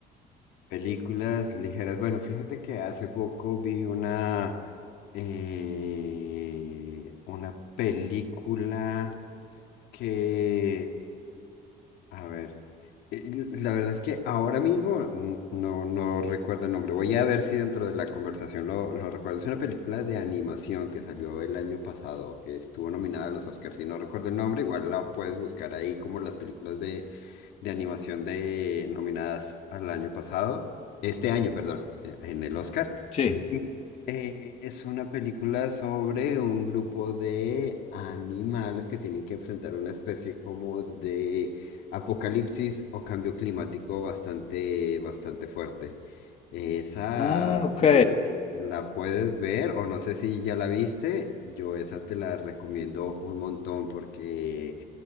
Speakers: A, on the left; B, on the left.
A: Películas ligeras. Bueno, fíjate que hace poco vi una, eh, una película que A ver, eh, la verdad es que ahora mismo mm, no, no recuerdo el nombre. Voy a ver si dentro de la conversación lo, lo recuerdo. Es una película de animación que salió el año pasado, que estuvo nominada a los Oscars. Si no recuerdo el nombre, igual la puedes buscar ahí como las películas de, de animación de nominadas al año pasado. Este año, perdón, eh, en el Oscar.
B: Sí.
A: Y, eh, es una película sobre un grupo de animales que tienen que enfrentar una especie como de apocalipsis o cambio climático bastante, bastante fuerte. Esa,
B: Ah,
A: si
B: ok.
A: l- la puedes ver o no sé si ya la viste, yo esa te la recomiendo un montón porque